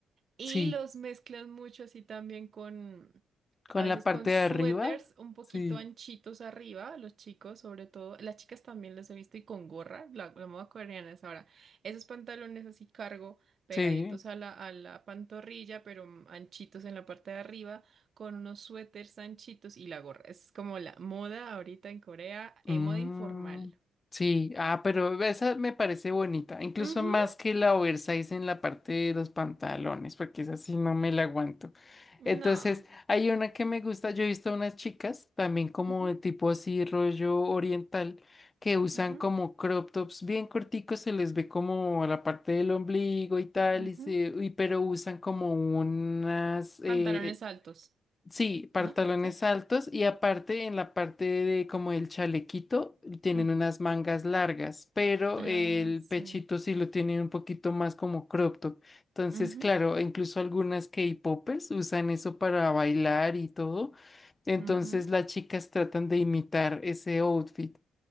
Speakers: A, on the right; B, on the left.
A: Y
B: sí.
A: los mezclan mucho así también con,
B: Con
A: a veces
B: la parte
A: con suéteres
B: de arriba.
A: un poquito
B: Sí.
A: anchitos arriba, los chicos sobre todo, las chicas también los he visto y con gorra, la, la moda coreana es ahora, esos pantalones así cargo pegaditos
B: Sí.
A: a la, a la pantorrilla, pero mm, anchitos en la parte de arriba, con unos suéteres anchitos y la gorra. Es como la moda ahorita en Corea,
B: Mm,
A: eh, moda informal.
B: sí, ah, pero esa me parece bonita, incluso
A: Ujú,
B: más que la oversize en la parte de los pantalones, porque esa sí no me la aguanto.
A: No.
B: Entonces, hay una que me gusta, yo he visto a unas chicas también como
A: Ujú,
B: de tipo así rollo oriental que usan
A: ujú,
B: como crop tops bien corticos, se les ve como la parte del ombligo y tal,
A: ujú.
B: y se, y- pero usan como unas, eh,
A: Pantalones altos,
B: Sí, pantalones
A: ¿no? Sí.
B: altos y aparte en la parte de como el chalequito tienen
A: Ujú.
B: unas mangas largas, pero
A: Ah,
B: el
A: sí.
B: pechito sí lo tienen un poquito más como crop top. Entonces,
A: Ujú,
B: claro, incluso algunas K-popers usan eso para bailar y todo. Entonces
A: ujú.
B: las chicas tratan de imitar ese outfit.